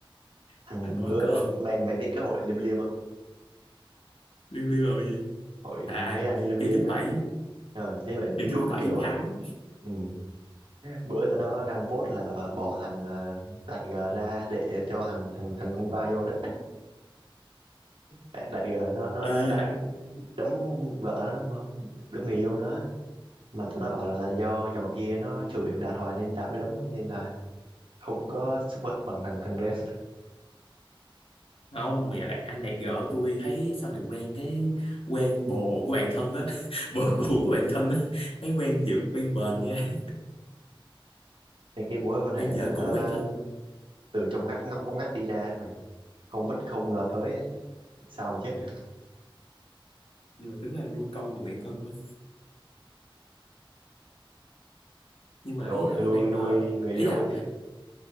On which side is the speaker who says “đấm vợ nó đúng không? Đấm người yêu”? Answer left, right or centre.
Right